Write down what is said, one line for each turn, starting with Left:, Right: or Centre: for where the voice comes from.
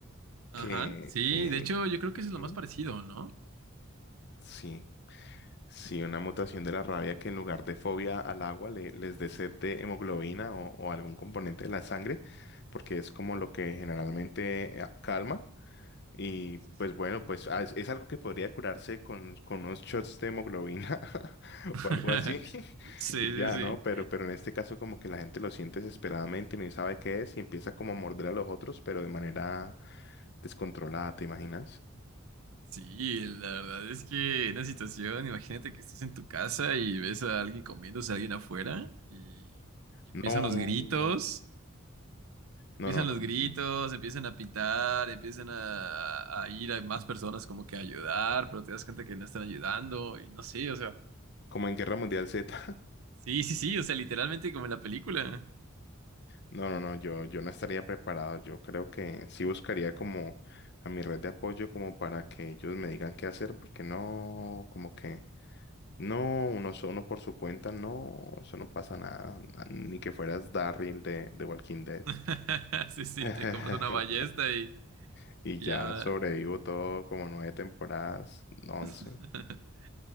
Right: Ajá,
Left: que,
Right: sí,
Left: que,
Right: de hecho yo creo que
Left: ujú,
Right: eso es lo más parecido, ¿no?
Left: sí, Sí, una mutación de la rabia que en lugar de fobia al agua le- les dé sed de hemoglobina o, o algún componente de la sangre, porque es como lo que generalmente eh, calma. Y
Right: Sí, sí.
Left: pues bueno, pues ah, es, es algo que podría curarse con, con unos shots de hemoglobina <laughs>
Right: <laughs>
Left: o algo así. <laughs>
Right: Sí,
Left: Y ya,
Right: sí, sí.
Left: ¿no? Pero, pero en este caso como que la gente lo siente desesperadamente, no sabe qué es y empieza como a morder a los otros, pero de manera descontrolada, ¿te imaginas?
Right: Sí, la verdad es que en una situación, imagínate que estás en tu casa y ves a alguien comiéndose a alguien afuera y, y empiezan
Left: No,
Right: los gritos,
Left: no,
Right: empiezan
Left: no, no. no.
Right: los gritos,
Left: no.
Right: empiezan a pitar, empiezan a, a ir a más personas como que a ayudar, pero te das cuenta que no están ayudando y no sé, o sea,
Left: Como en Guerra Mundial Z.
Right: sí, sí, sí, o sea, literalmente como en la película.
Left: No, no, no, yo, yo no estaría preparado. Yo creo que sí buscaría como a mi red de apoyo como para que ellos me digan qué hacer, porque no, como que no, uno solo por su cuenta, no, eso no pasa nada, na- ni que fueras Daryl de, de Walking Dead.
Right: <laughs> Sí, sí,
Left: <laughs>
Right: te compras una ballesta y,
Left: Y
Right: y
Left: ya
Right: ya.
Left: sobrevivo todo como nueve temporadas, once.
Right: <laughs>